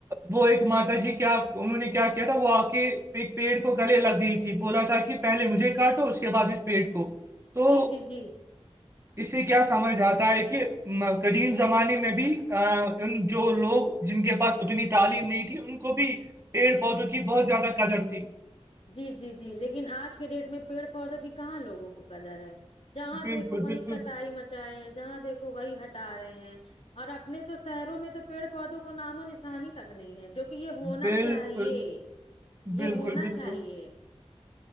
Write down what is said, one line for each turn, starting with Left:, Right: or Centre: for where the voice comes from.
Right: وہ ایک ماتا جی کیا انہوں نے کیا کیا تھا وہ آ کے ایک پیڑ کو گلے لگ گئی تھی بولا تھا کہ پہے مجھے کاٹو اس کے بعد اس پیٹ کو تو
Left: جی جی جی
Right: اسے کیا سمجھ آتا ہے کہ قدیم زمانے میں بھی ان جو لوگ جن کے پاس اتنی تعلیم نہیں تھی ان کو بھی پیڑ پودوں کی بہت زیادہ قدر تھی
Left: جی جی لیکن اج کے ڈیٹ میں پیڑ پودوں کی کہاں لوگوں کو کلر ہے جہاں
Right: بالکل
Left: دیکھو وہیں
Right: بالکل
Left: کٹائی مچائے ہیں جہاں کو بھئی ہٹا رہے ہیں اور اپنے تو سیروں میں تو پیڑ پودوں کو نام و نسانی تک نہیں ہے جو کہ یہ ہونا
Right: بالکل
Left: چاہیے
Right: بالکل
Left: یہ ہونا
Right: بالکل
Left: چاہیے